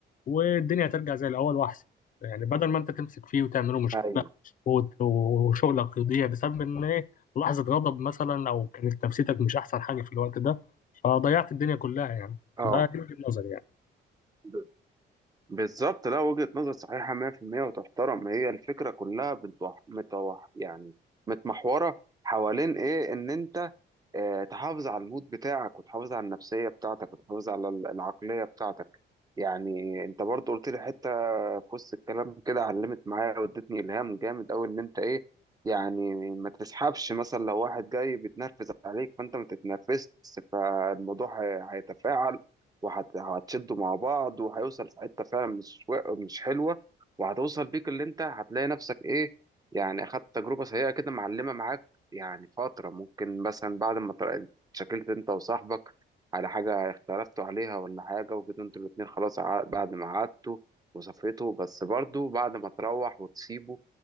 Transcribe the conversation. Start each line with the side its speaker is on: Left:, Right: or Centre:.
Left: والدنيا ترجع زي الأول وأحسن يعني بدل ما أنت تمسك فيه وتعمله مشكلة
Right: ايوه
Left: وت- وشغلك يضيع بسبب إن إيه لحظة غضب مثلا أو كانت نفسيتك مش أحسن حاجة في الوقت ده فضيعت الدنيا كلها يعني
Right: اه
Left: ده دي وجهة نظري يعني
Right: ب- بالظبط لا وجهه نظر صحيحه 100% وتحترم هي الفكره كلها بتوح متوح يعني متمحوره حوالين ايه ان انت آه، تحافظ على المود بتاعك وتحافظ على النفسية بتاعتك وتحافظ على ال- العقلية بتاعتك يعني انت برضو قلت لي حتة في وسط الكلام كده علمت معايا وادتني إلهام جامد أوي إن أنت إيه يعني ما تسحبش مثلا لو واحد جاي بيتنرفز عليك فأنت ما تتنرفزش فالموضوع هي- هيتفاعل وهتشدوا مع بعض وهيوصل في حتة فعلا مش و- مش حلوة وهتوصل بيك اللي أنت هتلاقي نفسك إيه يعني أخدت تجربة سيئة كده معلمة معاك يعني فترة ممكن مثلا بعد ما تر- اتشكلت انت وصاحبك على حاجة اختلفتوا عليها ولا حاجة وجيتوا انتوا الاتنين خلاص ع- بعد ما قعدتوا وصفيتوا بس برضو بعد ما تروح وتسيبه